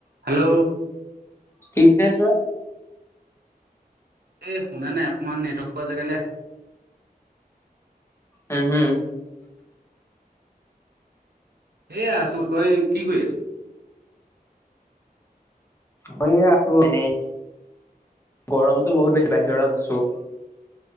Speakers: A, on the right; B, on the left.
A: হেল্ল'
B: ঠিক আছ
A: এই শুনা নাই অকণমান নেটৱৰ্ক পোৱা যগেলে
B: উম হম
A: এয়া আছো তই কি কৰি আছো
B: মই আছো এনেই গৰমতটো বহুত বেছি বাহিৰত আছো